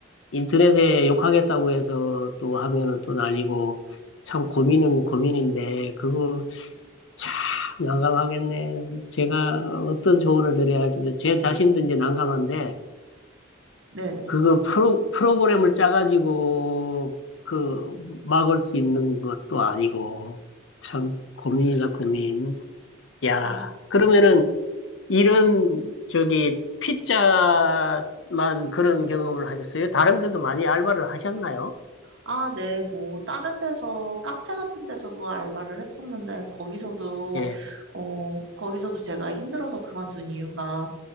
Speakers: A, on the left; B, on the right.
A: 인터넷에 욕하겠다고 해서 또 하면은 또 난리고, 참 고민은 고민인데, 그거 참 난감하겠네. 제가 어떤 조언을 드려야 할지, 제 자신도 이제 난감한데,
B: 네네.
A: 그거 프로, 프로그램을 짜가지고 그 막을 수 있는 것도 아니고 참 고민이다 고민. 야,
B: 아,
A: 그러면은 이런 저기 피자만 그런 경험을 하셨어요? 다른 데도 많이 알바를 하셨나요?
B: 아, 네, 뭐, 다른 데서, 카페 같은 데서도 알바를 했었는데, 거기서도,
A: 예,
B: 어, 거기서도 제가 힘들어서 그만둔 이유가,